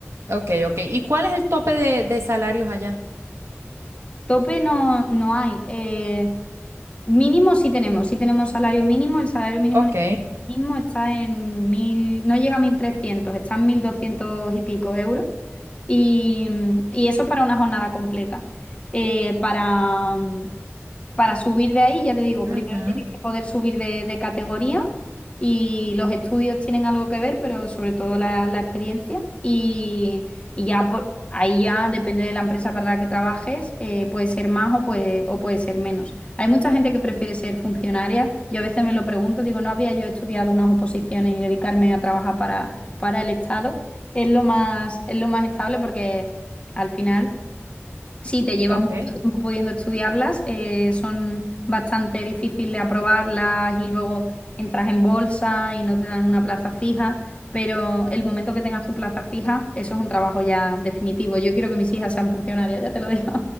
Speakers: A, on the right; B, on the left.
A: ok, ok. ¿Y cuál es el tope de, de salarios allá?
B: Tope no, no hay. Eh, Mínimo sí tenemos, sí tenemos salario mínimo. El salario mínimo
A: Ok,
B: en España ahora mismo está en mil, no llega a mil trescientos está en 1.200 y pico euros. Y, y eso es para una jornada completa. Eh, para, para subir de ahí, ya te digo,
A: ujú,
B: primero tienes que poder subir de, de categoría y los estudios tienen algo que ver, pero sobre todo la, la experiencia. Y, y ya por- ahí ya depende de la empresa para la que trabajes, eh, puede ser más o puede, o puede ser menos. Hay mucha gente que prefiere ser funcionaria. Yo a veces me lo pregunto, digo, ¿no habría yo estudiado unas oposiciones y dedicarme a trabajar para, para el Estado? Es lo más, es lo más estable porque al final. Sí, te llevas
A: ok.
B: mucho tiempo pudiendo estudiarlas, eh, son bastante difíciles de aprobarlas y luego entras en bolsa y no te dan una plaza fija, pero el momento que tengas tu plaza fija, eso es un trabajo ya definitivo. Yo quiero que mis hijas sean funcionarias, ya te lo digo.